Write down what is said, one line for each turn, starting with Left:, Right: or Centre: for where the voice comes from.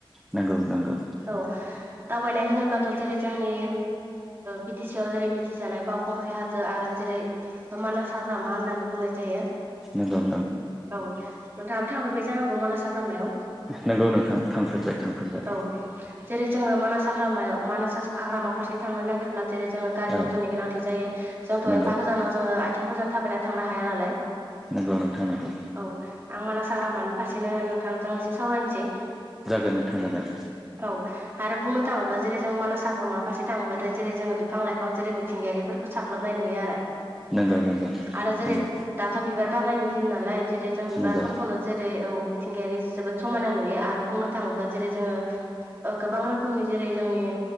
Centre: नंगौ नंगौ।
Right: औ दावबायनाय होनोब्लाथ' जेरै जोंनि बि टि सि आव जेरै मिथिजानाय बावखुंग्रि हाजो आरो। जेरै मानास हाग्रामा होननानै बुंनाय जायो।
Centre: नोंगौ।
Right: औ नोंथाङाबो थांफेरबाय जानांगौ मानास हाग्रामायाव।
Centre: नोंगौ नोंथां थांफेरबाय थांफेरबाय।
Right: औव जेरै जोङो मानास हाग्रामायाव मानास हाग्रा फारसे थांनो नागिरब्ला। जेरै जोंनो गारि
Centre: औ
Right: मथरनि गोनांथि जायो जोंथ'
Centre: नंगौ
Right: एफा गोजानाव जोङो आथिंफोरजों थाबायना थांनो हाया नालाय।
Centre: नोंगौ नोंथां नोंगौ।
Right: औ आं मानास हाग्रामानि फारसेनो नोंथांजों एसे सावरायनोसै।
Centre: जागोन नोंथां जागोन।
Right: औ आरो बुंनो थाङोब्ला जेरै जों मानास हाग्रामा फारसे थाङोब्लाथाय जेरै जोङो बिफां लाइफां जेरै मिथिंगायारिफोरखौ साग्लोबनाय। नुयो
Centre: नंगौ नंगौ
Right: आरो जेरै
Centre: नंगौ
Right: दाथ' बिबार बारनायनि दिन नालाय जेरै जों बिबारफोरखौनो
Centre: नंगौ
Right: जेरै औ मिथिंगायारि जोबोद समायना नुयो आरो बुंनो थाङोब्ला जेरै जोङो गोबां रोखोमनि जेरै जोंनि